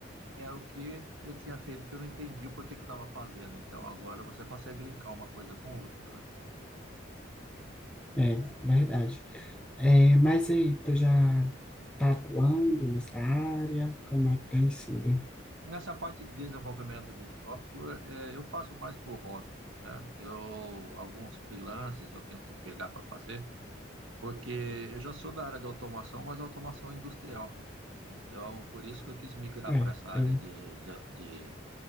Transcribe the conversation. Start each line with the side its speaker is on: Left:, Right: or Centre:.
Right: era o que eu tinha feito que eu não entendi o porquê que eu estava fazendo. Então agora você consegue linkar uma coisa com outra, né?
Centre: é verdade. É, mas aí, tu já tá atuando nessa área? Como é que tem sido?
Right: Nessa parte de desenvolvimento de software, eh, eu faço mais por hobby, né? Eu, alguns freelances eu tento pegar para fazer, porque eu já sou da área de automação, mas automação industrial. Então, por isso que eu quis migrar
Centre: É,
Right: para essa área
Centre: eu,
Right: de, de, de,